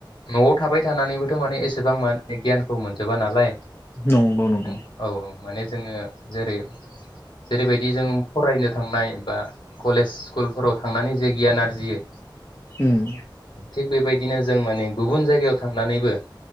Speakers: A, on the left; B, on the left.
A: न'आव थाबाय थानानैबोथ' माने एसेबां माने गियानखौ मोनजोबा नालाय। जों
B: नंगौ नंगौ
A: औ औ माने जोङो। जेरै जेरैबायदि जों फरायनो थांनाय बा कलेज स्कुलफोराव थांनानै जे गियान आरजियो।
B: उम।
A: थिग बेबायदिनो जों माने गुबुन जायगायाव थांनानैबो,